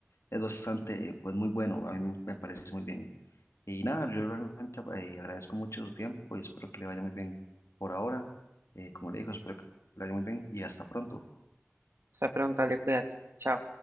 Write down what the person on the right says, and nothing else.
Hasta pronto, Ale, cuídate. Chao.